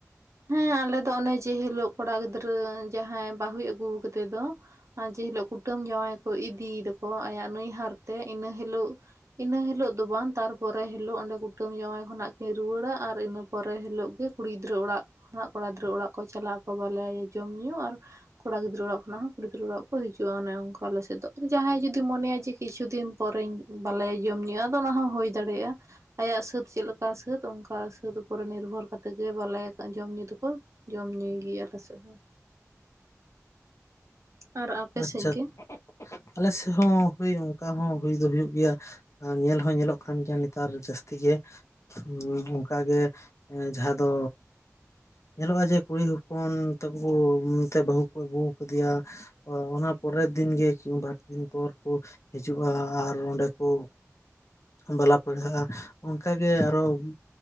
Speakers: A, on the right; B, on the left.
A: ᱦᱮᱸ ᱟᱞᱮ ᱫᱚ ᱚᱱᱮ ᱡᱮ ᱦᱤᱞᱚᱜ ᱠᱚᱲᱟ ᱜᱤᱫᱽᱨᱟᱹ ᱡᱟᱦᱟᱸᱭ ᱵᱟᱹᱦᱩᱭ ᱟᱹᱜᱩ ᱠᱟᱫᱮ ᱫᱚ ᱡᱮ ᱦᱤᱞᱚᱜ ᱠᱩᱴᱟᱹᱢ ᱡᱟᱶᱟᱭ ᱠᱚ ᱤᱫᱤᱭ ᱫᱚᱠᱚ ᱟᱭᱟᱜ ᱱᱟᱹᱭᱦᱟᱹᱨ ᱛᱮ ᱤᱱᱟᱹ ᱦᱤᱞᱚᱜ ᱤᱱᱟᱹ ᱦᱤᱞᱚᱜ ᱫᱚ ᱵᱟᱝ ᱛᱟᱨᱯᱚᱨᱮ ᱦᱤᱞᱚᱜ ᱚᱸᱰᱮ ᱠᱩᱴᱟᱹᱢ ᱡᱟᱶᱟᱭ ᱠᱷᱚᱱᱟᱜ ᱠᱤᱱ ᱨᱩᱣᱟᱹᱲᱟ ᱟᱨ ᱤᱱᱟᱹ ᱯᱚᱨᱮ ᱦᱤᱞᱚᱜ ᱜᱮ ᱠᱩᱲᱤ ᱜᱤᱫᱽᱨᱟᱹ ᱚᱲᱟᱜ ᱟᱜ ᱠᱚᱲᱟ ᱜᱤᱫᱽᱨᱟᱹ ᱚᱲᱟᱜ ᱠᱚ ᱪᱟᱞᱟᱜᱼᱟ ᱠᱚ ᱵᱟᱞᱟ ᱡᱚᱢ ᱧᱩ ᱟᱨ ᱠᱚᱲᱟ ᱜᱤᱫᱽᱨᱟᱹ ᱚᱲᱟᱜ ᱠᱷᱚᱱᱟᱜ ᱦᱚᱸ ᱠᱩᱲᱤ ᱜᱤᱫᱽᱨᱟᱹ ᱚᱲᱟᱜ ᱠᱚ ᱦᱤᱡᱩᱜᱼᱟ ᱚᱱᱮ ᱚᱱᱠᱟ ᱟᱞᱮ ᱥᱮᱫ ᱫᱚ ᱟᱨ ᱡᱟᱦᱟᱸᱭ ᱡᱩᱫᱤ ᱢᱚᱱᱮᱭᱟ ᱡᱮ ᱠᱤᱪᱷᱩ ᱫᱤᱱ ᱯᱚᱨᱮᱧ ᱵᱟᱞᱟᱭᱟ ᱡᱚᱢ ᱧᱩ ᱟᱫᱚ ᱚᱱᱟ ᱦᱚᱸ ᱦᱩᱭ ᱫᱟᱲᱮᱭᱟᱜᱼᱟ ᱟᱭᱟᱜ ᱥᱟᱹᱛ ᱪᱮᱫ ᱞᱮᱠᱟ ᱥᱟᱹᱛ ᱚᱱᱠᱟ। ᱚᱠᱟ <unintelligible> ᱱᱤᱨᱵᱷᱚᱨ ᱠᱟᱛᱮ ᱜᱮ ᱵᱟᱞᱟᱭᱟ ᱡᱚᱢ ᱧᱩ ᱫᱚᱠᱚ ᱡᱚᱢ ᱧᱩᱭ ᱜᱮᱭᱟ ᱟᱞᱮ ᱥᱮᱫ ᱦᱚᱸ। ᱟᱨ ᱟᱯᱮ
B: ᱟᱪᱷᱟ
A: ᱥᱮᱫ ᱜᱮ
B: ᱟᱞᱮ ᱥᱮᱫ ᱦᱚᱸ ᱦᱚᱭ ᱚᱱᱠᱟ ᱦᱚᱸ ᱦᱩᱭ ᱫᱚ ᱦᱩᱭᱩᱜ ᱜᱮᱭᱟ ᱟᱨ ᱧᱮᱞ ᱦᱚᱸ ᱧᱮᱞᱚᱜ ᱠᱟᱱ ᱜᱮᱭᱟ ᱱᱮᱛᱟᱨ ᱡᱟᱹᱥᱛᱤ ᱜᱮ ᱦᱚᱸ ᱚᱱᱠᱟ ᱜᱮ ᱡᱟᱦᱟᱸ ᱫᱚ ᱧᱮᱞᱚᱜᱼᱟ ᱡᱮ ᱠᱩᱲᱤ ᱦᱚᱯᱚᱱ ᱛᱟᱠᱚ ᱠᱚ ᱱᱚᱛᱮ ᱵᱟᱹᱦᱩ ᱠᱚ ᱟᱹᱜᱩ ᱟᱠᱟᱫᱮᱭᱟ ᱦᱚᱭ ᱚᱱᱟ ᱯᱚᱨᱮᱨ ᱫᱤᱱ ᱜᱮ ᱠᱤ ᱵᱟᱨ ᱫᱤᱱ ᱯᱚᱨ ᱠᱚ ᱦᱤᱡᱩᱜᱼᱟ ᱟᱨ ᱚᱸᱰᱮ ᱠᱚ ᱵᱟᱞᱟ ᱯᱟᱹᱬᱦᱟᱹᱜᱼᱟ ᱚᱱᱠᱟ ᱜᱮ ᱟᱨ ᱦᱚᱸ